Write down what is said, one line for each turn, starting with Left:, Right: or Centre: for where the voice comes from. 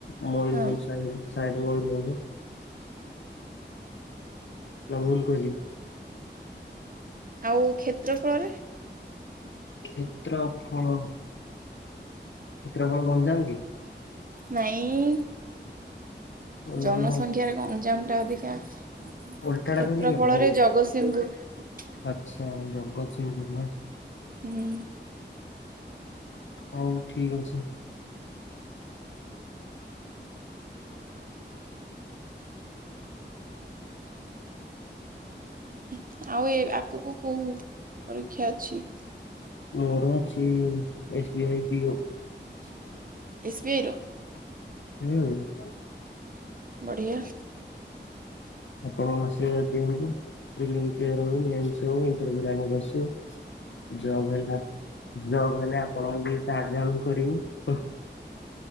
Left: ମୟୂରଭଞ୍ଜ
Right: ହଁ
Left: <inaudible> ମୟୂରଭଞ୍ଜ। ନା ଭୁଲ କହିଲି।
Right: ଆଉ କ୍ଷେତ୍ର ଫଳରେ।
Left: କ୍ଷେତ୍ର ଫଳ। କ୍ଷେତ୍ରଫଳ ଗଞ୍ଜାମ କି?
Right: ନାଇଁ,
Left: ଓ
Right: ଜନସଂଖ୍ୟାରେ
Left: ଆମ
Right: ଗଞ୍ଜାମ ଟା ଅଧିକା। କ୍ଷେତ୍ର
Left: ଓଲଟାଟା କହିଲି କି
Right: ଫଳରେ
Left: ମୋ
Right: ଜଗତସିଂହୁପୁର।
Left: ଆଚ୍ଛା, ଜଗତସିଂହପୁର ନାଇ।
Right: ହୁଁ।
Left: ହଉ ଠିକ୍ ଅଛି। <inaudible> <inaudible>
Right: <inaudible> ଆଉ ଏ ଆଗକୁ କୋଉ ପରୀକ୍ଷା ଅଛି?
Left: ମୋର ଅଛି S B I P O. <inaudible>
Right: S B I ର? ବଢିଆ।
Left: ଆପଣ ଆସିବେ ଦିଅନ୍ତୁ। ପ୍ରିଲିମ୍ କ୍ଲିୟର ହୋଇ, ମେନ୍ସ ହୋଉ, ଇଣ୍ଟରଭ୍ୟୁରେ ରାୟଙ୍କ ଆସୁ। ଜବ ହେଲା। ଜବ ହେଲେ ଆପଣଙ୍କୁ ବି ସାହାଯ୍ୟ କରିବୁ।